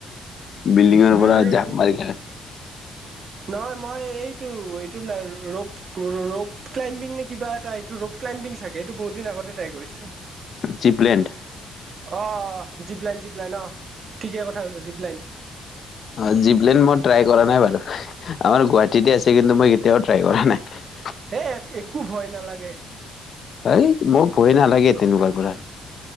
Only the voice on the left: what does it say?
বিল্ডিঙৰ
পৰা জাপ মাৰিলা
জিপলেণ্ড
অ জীপলেন মই ট্ৰাই কৰা নাই বাৰু আমাৰ গুৱাহাটীতে আছে কিন্তু মই কেতিয়াও ট্ৰাই কৰা নাই
এই মোক ভয় নালাগে তেনেকুৱাৰ পৰা